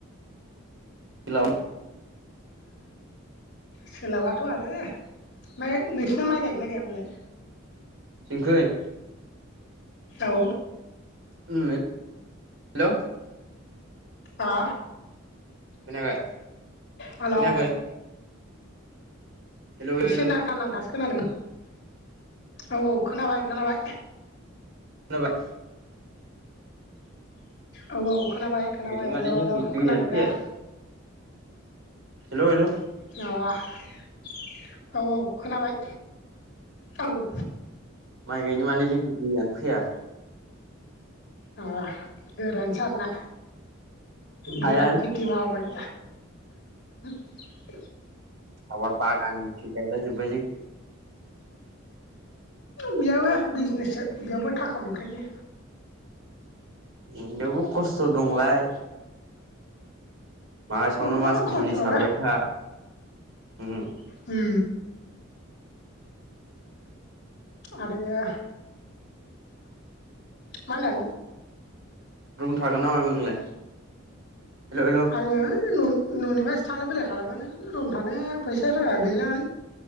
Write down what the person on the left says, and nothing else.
सोलाबाथ' आरो ओमफ्राय नोंसिनिया माइ गायदोंना गायाखै?
औ
हा
हेलौ
एसे नांथा नांथासोगोन। खोनादों औ औ खोनाबाय खोनाबाय
औ औ खोनाबाय खोनाबाय।
हेलौ हेलौ
खोनादों दा?
अ औ औ खोनाबाय औ
अ गोरान सारना गोरान
खेथि मावामोन। <inaudible>
बेयावाबो बिजनेससो बेयावबो थाखा मोनखायो।
बिराद
खस्थ'लै
ओ आरो मा होनो
आङो न'निफ्रायसो थांलाय बेलाय खालामोन रुम थानाया फैसा सेर गागला